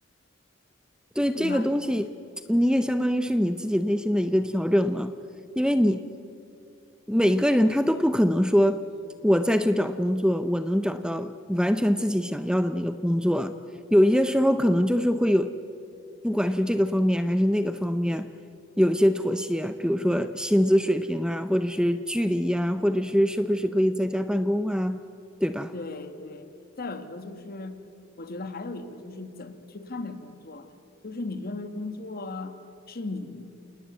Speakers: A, in the centre; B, on the left (about 45°).
A: 对这个东西，
B: 对吧？
A: 你也相当于是你自己内心的一个调整嘛，因为你每个人他都不可能说，我再去找工作，我能找到完全自己想要的那个工作。有一些时候可能就是会有，不管是这个方面还是那个方面，有一些妥协，比如说薪资水平啊，或者是距离呀、或者是是不是可以在家办公啊，对吧？
B: 对对，再有一个就是，我觉得还有一个就是怎么去看待工作，就是你认为工作是你，